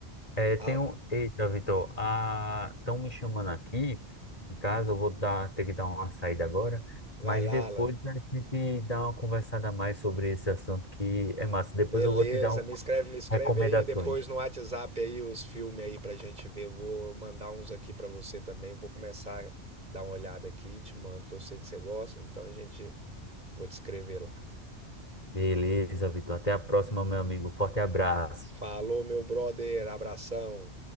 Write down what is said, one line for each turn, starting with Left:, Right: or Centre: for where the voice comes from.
Left: é tem
Right: Ah,
Left: um. Eita, Vitor, estão me chamando aqui. Em casa, eu vou dar, ter que dar uma saída agora.
Right: vai
Left: Mas
Right: lá,
Left: depois
Right: Alan.
Left: a gente dá uma conversada a mais sobre esse assunto que é massa. Depois
Right: Beleza,
Left: eu vou te dar um-
Right: me escreve, me escreve
Left: recomendações.
Right: aí depois no WhatsApp aí os filmes aí pra gente ver. Eu Vou mandar uns aqui pra você também. Vou começar a dar uma olhada aqui, te mando que eu sei que você gosta, então a gente vou te escrever lá.
Left: Beleza, Vitor. Até a próxima, meu amigo. Forte abraço.
Right: Falou, meu brother, abração.